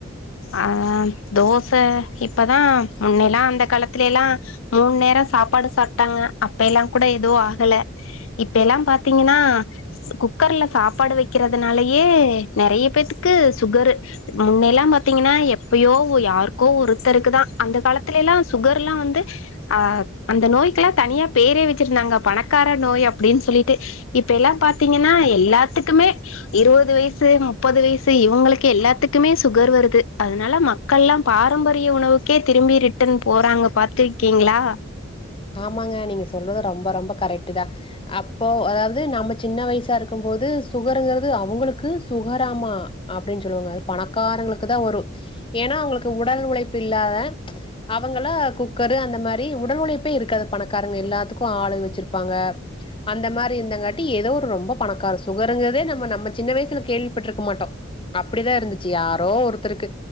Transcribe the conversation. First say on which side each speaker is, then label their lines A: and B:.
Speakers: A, on the left; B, on the left.
A: ஆ தோச இப்பதா முன்னையெல்லா அந்த காலத்துலேல்லா மூண்நேர சாப்பாடு சாப்ட்டாங்க அப்ப எல்லா கூட எதுவு ஆகல இப்ப எல்லா பாத்தீங்கன்னா குக்கர்ல சாப்பாடு வக்கிறதுனாலயே நெறைய பேர்த்துக்கு சுகரு முன்னயெல்லா பாத்தீங்கன்னா எப்பயோ யாருக்கோ ஒருத்தருக்குதா அந்த காலத்துலேல்லா சுகர்லா வந்து ஆ அந்த நோய்க்கெல்லா தனியா பேரே வச்சிருந்தாங்க பணக்கார நோய் அப்டின்னு சொல்லிட்டு இப்ப எல்லா பாத்தீங்கன்னா எல்லாத்துக்குமே இருவது வயசு முப்பது வயசு இவுங்களுக்கு எல்லாத்துக்குமே சுகர் வருது அதனால ம க்கள்ல்லா பாரம்பரிய உணவுக்கே திரும்பி ரிட்டன் போறாங்க பாத்துருக்கீங்களா
B: ஆமாங்க நீங்க சொல்றது ரொம்ப ரொம்ப கரெக்ட்டு தா அப்போ அதாவது நம்ம சின்ன வயசா இருக்கும் போது சுகருங்கிறது அவுங்களுக்கு சுகராமா அப்டின்னு சொல்லுவாங்க அது பணக்காரங்களுக்கு தா வரு ஏன்னா அவுங்களுக்கு உடல் உழைப்பு இல்லாத அவங்கள குக்கரு அந்த மாரி உடல் உழை ப்பே இருக்காது பணக்காரங்க எல்லாத்துக்கு ஆளு வச்சிருப்பாங்க அந்த மாரி இருந்தங்காட்டி ஏதோ ஒரு ரொம்ப பணக்கார சுகருங்கறதே நம்ம நம்ம சின்ன வயசுல கேள்விப்பட்ருக்க மாட்டோ அப்டிதா இருந்துச்சு யாரோ ஒருத்தருக்கு